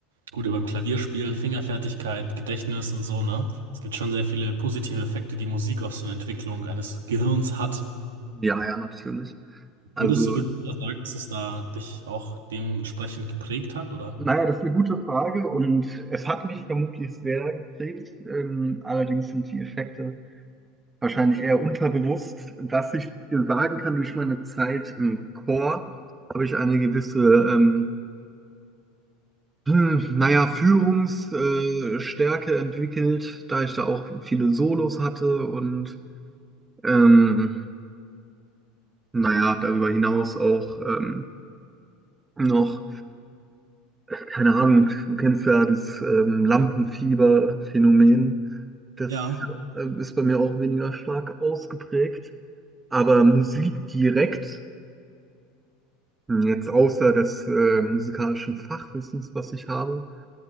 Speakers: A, on the right (about 80°); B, on the right (about 20°).
A: gut, beim Klavierspielen, Fingerfertigkeit, Gedächtnis und so, ne? Es gibt schon sehr viele positive Effekte, die Musik auf so eine Entwicklung eines Gehirns hat.
B: ja, ja, natürlich. Also,
A: Würdest du, würdest du da sagen, dass es da dich auch dementsprechend geprägt hat, oder?
B: naja, das ist eine gute Frage und es hat mich vermutlich sehr geprägt. Ähm, allerdings sind die Effekte wahrscheinlich eher unterbewusst. Was ich dir sagen kann, durch meine Zeit im Chor habe ich eine gewisse ähm, Hm, naja, Führungsstärke äh, Stärke entwickelt, da ich da auch viele Solos hatte und ähm, naja, darüber hinaus auch ähm, noch, keine Ahnung, du kennst ja das ähm, Lampenfieber-Phänomen. Das
A: Ja.
B: äh, ist bei mir auch weniger stark ausgeprägt. Aber Musik direkt, hm, jetzt außer des äh, musikalischen Fachwissens, was ich habe,